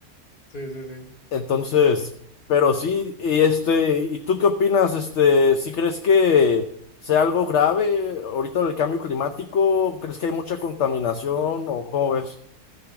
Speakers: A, on the left; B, on the left.
A: Sí, sí, sí.
B: Entonces, pero sí, y este, ¿y tú qué opinas? Este, ¿si crees que sea algo grave ahorita el cambio climático? ¿Crees que hay mucha contaminación o cómo ves?